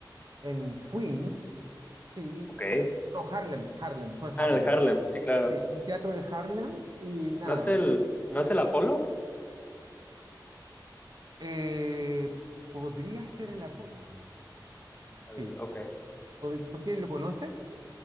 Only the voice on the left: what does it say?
Ok.
Ah,
en el Harlem, sí, claro.
¿No es el, no es el Apolo?
Al- Ok.